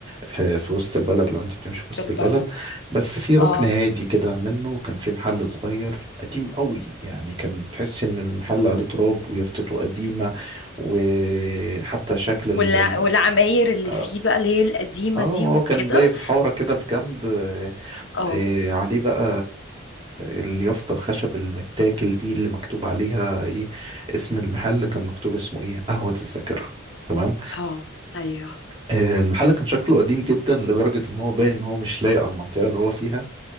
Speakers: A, on the right; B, on the left.
A: في في وسط البلد لو انت بتمشي
B: وسط
A: في وسط
B: البلد
A: البلد بس في ركن
B: اه
A: هادي كده منه كان في محل صغير قديم قوي يعني كان تحس ان المحل عليه تراب ويافطته قديمة وحتى شكل ال
B: ولا
A: ال-
B: والعماير اللي
A: اه
B: فيه بقى اللي هي القديمة
A: آه،
B: دي وكده
A: هو كان زي في حارة كده في جنب
B: اه
A: إيه عليه بقى اليافطة الخشب المتاكل دي اللي مكتوب عليها ايه اسم المحل كان مكتوب اسمه ايه قهوة الذاكرة تمام
B: اه ايوه
A: آه، المحل كان شكله قديم جدا لدرجة ان هو باين ان هو مش لايق على المنطقة اللي هو فيها